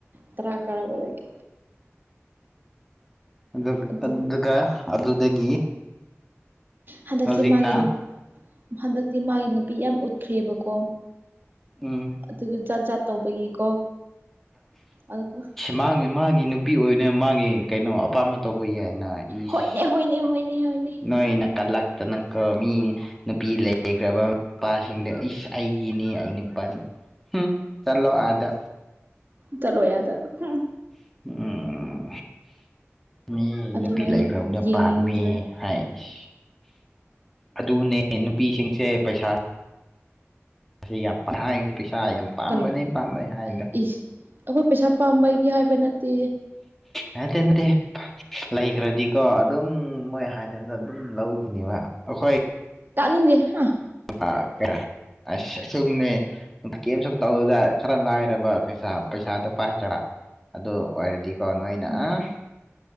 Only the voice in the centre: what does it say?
ꯑꯗꯨ
ꯑꯗꯨꯒ ꯑꯗꯨꯗꯒꯤ
ꯍꯧꯖꯤꯛꯅ
ꯎꯝ
ꯃꯥ ꯃꯥꯒꯤ ꯅꯨꯄꯤ ꯑꯣꯏꯅ ꯃꯥꯒꯤ ꯀꯩꯅꯣ ꯑꯄꯥꯝꯕ ꯇꯧꯕ ꯌꯥꯏ ꯅ ꯏꯁ
ꯅꯣꯏ ꯅ ꯀꯥꯂꯛꯇꯅꯀꯣ ꯃꯤ ꯅꯨꯄꯤ ꯂꯩꯈ꯭ꯔꯕ ꯅꯨꯄꯥꯁꯤꯡꯗ ꯏꯁ ꯑꯩꯒꯤꯅꯤ ꯑꯩ ꯅꯨꯄꯥ ꯍꯨꯝ ꯆꯜꯂꯣ ꯑꯥꯗ
ꯎꯝ ꯃꯤ
ꯅꯨꯄꯤ
ꯂꯩꯈ꯭ꯔꯕꯗꯣ
ꯄꯥꯝꯃꯦ ꯍꯥꯏꯁ ꯑꯗꯨꯅꯦ ꯅꯨꯄꯤꯁꯤꯡꯁꯦ ꯄꯩꯁꯥ <unintelligible>
ꯄꯥꯝꯕꯅꯤ ꯍꯥꯏꯗꯣ
ꯍ ꯇꯅꯦ <unintelligible> ꯂꯩꯈ꯭ꯔꯗꯤꯀꯣ ꯑꯗꯨꯝ ꯃꯣꯏ ꯍꯥꯏꯅꯔꯒ ꯑꯗꯨꯝ ꯂꯧꯈꯤꯅꯦꯕ ꯑꯩꯈꯣꯏ
ꯀ ꯑ ꯁꯨꯝꯅꯦ <unintelligible> ꯀꯦꯝꯝꯁꯨ ꯇꯧꯗꯥ ꯈꯔ ꯂꯥꯏꯔꯕ ꯄꯩꯁꯥ ꯄꯩꯁꯥꯗꯣ ꯄꯥꯏꯗ꯭ꯔꯥ ꯑꯗꯨ ꯑꯣꯏꯔꯗꯤꯀꯣ ꯅꯣꯏꯅ
ꯑꯥ